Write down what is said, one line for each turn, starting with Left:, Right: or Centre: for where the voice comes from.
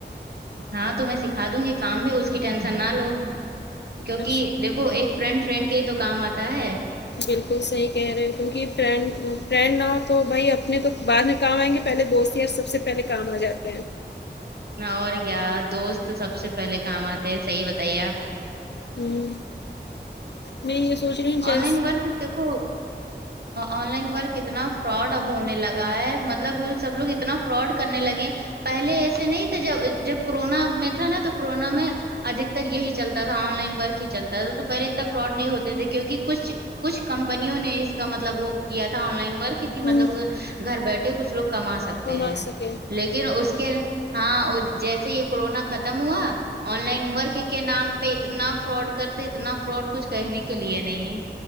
Right: ہاں تو میں سکھا دوں گی کام بھی اس کی ٹینشن نہ لو کیونکہ
Left: اچھا
Right: دیکھو ایک فرینڈ فرینڈ کے ہی تو کام آتا ہے
Left: بالکل صحیح کہہ رہے کیونکہ فرینڈ فرینڈ نہ ہو تو بھائی اپنے تو بعد کام آئیں گے پہلے دوست یار سب سے پہلے کام آ جاتے ہیں
Right: اور کیا دوست سب سے پہلے کام آتے ہیں صحیح بتائیے آپ
Left: ہوں میں یہ سوچ رہی ہوں جیس
Right: آن لائن ورک دیکھوں آن لائن ورک اتنا فراڈ اب ہونے لگا ہے مطلب سب لوگ اتنا فراڈ کرنے لگے پہلے ایسے نہیں تھے جب جب کورونا میں تھا نا تو کورونا میں ادکتر یہی چلتا تھا آن لائن ورک ہی چلتا تھا تو پہلے اتنا فراڈ نہیں ہوتے تھے کیوں کی کہ کچھ کچھ کمپنیوں نے اس کا مطلب وہ کیا تھا آن لائن ورک کی
Left: ہوں
Right: مطلب گھر بیٹھے کچھ لوگ کما سکتے
Left: کما
Right: ہیں
Left: سکے
Right: لیکن اس کے ہاں جیسے یہ کورونا ختم ہوا آن لائن ورک کے نام پہ اتنا فراڈ کرتے اتنا فراڈ کچھ کہنے کے لیے نہیں